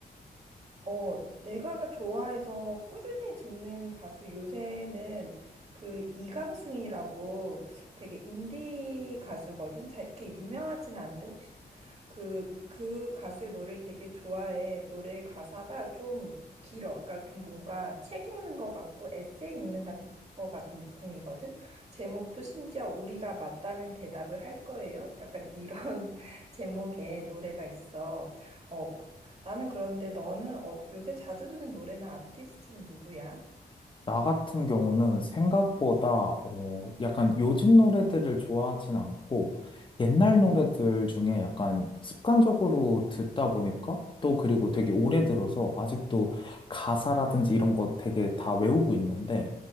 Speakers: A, on the right; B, on the left.
A: 어, 내가 좋아해서 꾸준히 듣는 가수 요새는 그 이강승이라고 되게 인디 가수거든. 잘 이렇게 유명하진 않은데 혹시 그, 그 가수의 노래를 되게 좋아해. 노래 가사가 좀 길어. 그러니까 좀 뭔가 책 읽는 것 같고 에세이 읽는 같은, 것 같은 느낌이거든. 제목도 심지어 우리가 맞다는 대답을 할 거예요. 약간 이런 <laughs> 제목의 노래가 있어. 어, 나는 그런데 너는 어, 요새 자주 듣는 노래나 아티스트는 누구야?
B: 나 같은 경우는 생각보다 어, 약간 요즘 노래들을 좋아하진 않고 옛날 노래들 중에 약간 습관적으로 듣다 보니까 또 그리고 되게 오래 들어서 아직도 가사라든지 이런 거 되게 다 외우고 있는데